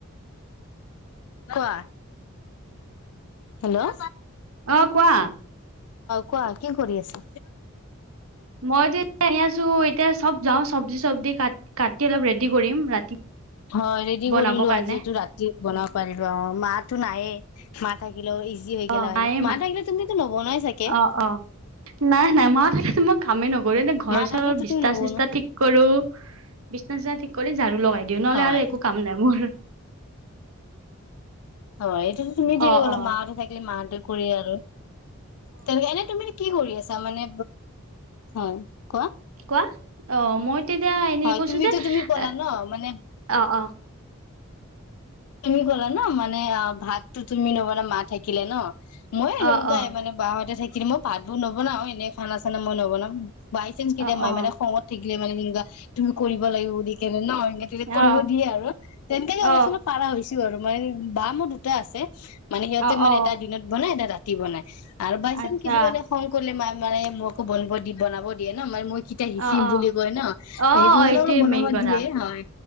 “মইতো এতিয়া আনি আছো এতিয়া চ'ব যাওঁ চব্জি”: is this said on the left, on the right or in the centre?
Right